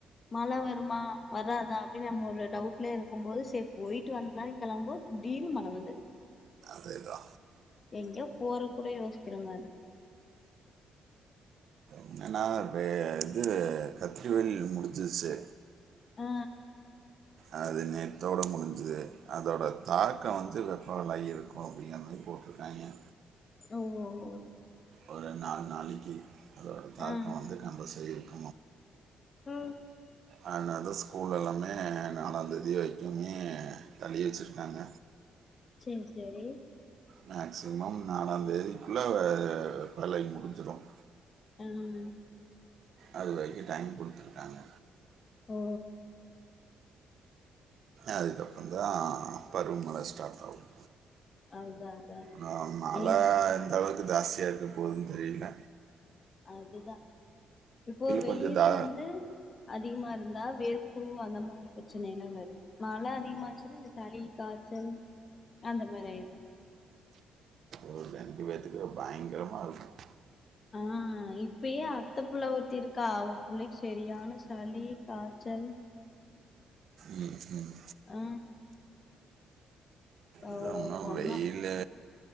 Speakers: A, on the left; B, on the right.
A: மழ வருமா வராதா அப்புடின்னு நம்ம ஒரு டவுட்லயே இருக்கும் போது சே போயிட்டு வந்தாயின் கெளம்போது திடீர்னு மழை வருது
B: அதேதா
A: எங்கயோ போற கூட யோசிக்கிற மாது
B: ஏன்னனா இப்ப இது கத்திரி வெயில் முடிஞ்சுச்சு
A: ஆ
B: அது நேத்தோடு முடிஞ்சுது அதோட தாக்கம் வந்து வெப்பவலாகி இருக்கும் அப்புடிங்குற மாரி போட்ருக்காயிங்க
A: அ ஓ ஓ
B: ஒரு நாலு நாளைக்கி அதோட தாக்கம்
A: ஆ
B: வந்து நம்ப <unintelligible>
A: ம்
B: அதுனால் தா ஸ் <unintelligible> எல்லாமே நாலாந் தேதி வைக்குமே தள்ளி வெச்சுருக்காங்க
A: சரி சரி
B: மேக்சிமம் நாலாந்தேதிக்குள்ள வே வேலை முடிஞ்சிடும்
A: ம்
B: அது வெரிக்கும் டைம் குடுத்துருக்காங்க
A: ஓ
B: அதுக்கப்புறம் தா பருவமழை ஸ்டார்ட் ஆகும்
A: அதா அதா
B: நா மழை
A: ஏங்
B: இந்த அளவுக் க்கு தாஸ்தியா இருக்க போதுன் தெரில
A: அதுதா இப்போ வெயில்
B: கொஞ்சம் தா
A: வந்து அதிகமா இருந்தா வேர்குரு அந்த மாரி பிரச்சனை எல்லா வருது மழை அதிகமாச்சுன்னா சளி காய்ச்சல் அந்த மாரி ஆயிட
B: ஒரு ரெண்டு பேத்துக்கு பயங்கரமா இருக்கும்
A: ஆ இப்பயே அத்த புள்ள ஒருத்தி இருக்கா அவ புள்ளைக்கு சரியான சளி காய்ச்சல்
B: உம் உம் <unintelligible>
A: ஆ அவ
B: எங்க போனாலும்
A: சொன்னா
B: வெயிலு